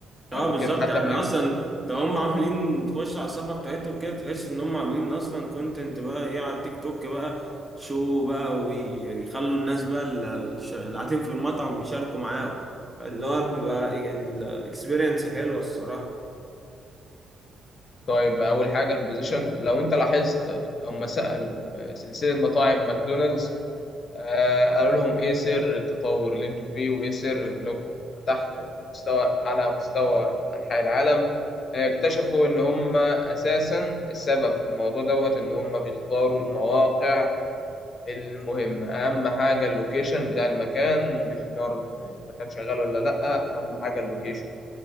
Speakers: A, in the centre; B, on the left.
A: اه
B: آه، ممكن
A: بالظبط
B: حتى
A: يعني
B: ما
A: اصلا ده هم عاملين تخش على الصفحه بتاعتهم كده تحس ان هم عاملين اصلا كونتنت بقى ايه على التيك توك بقى شو بقى ويخلوا الناس بقى ال- الش- اللي قاعدين في المطعم يشاركوا معاهم اللي هو بيبقى الاكسبيرينس حلوه الصراحه
B: طيب اول حاجه البوزيشن لو انت لاحظت آه، هم سالوا آه، سلسله مطاعم ماكدونالدز آه، قالوا لهم ايه سر التطور اللي انتوا فيه وايه سر انكم فتحتوا في مستوى على مستوى انحاء العالم آه، اكتشفوا ان هم اساسا السبب في الموضوع دوت ان هم بيختاروا المواقع المهم اهم حاجه اللوكيشن بتاع المكان مش شرط المكان شغال ولا لا اهم حاجه اللوكيشن